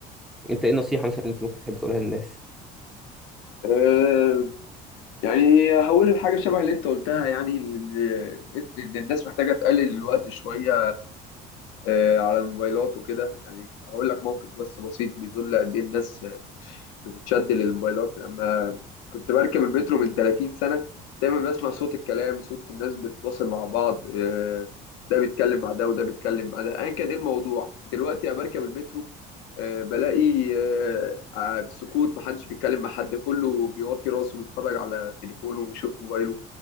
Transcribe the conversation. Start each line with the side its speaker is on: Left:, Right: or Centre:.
Centre: انت ايه النصيحه مثلا اللي انت ممكن تحب تقولها للناس
Left: آه، يعني هقول حاجة شبه اللي انت قلتها يعني ان ان إن الناس محتاجة تقلل الوقت شوية آه، على الموبايلات وكده يعني هقول لك موقف بس بسيط بيدل قد ايه الناس بتتشد للموبايلات لما كنت بركب المترو من 30 سنة دايما بسمع صوت الكلام صوت الناس بتتواصل مع بعض آه، ده بيتكلم مع ده وده بيتكلم مع ده ايا كان ايه الموضوع دلوقتي انا بركب المترو آه، بلاقي آه، آه، سكوت محدش بيتكلم مع حد كله بيوطي راسه بيتفرج على تليفونه وبيشوف موبايله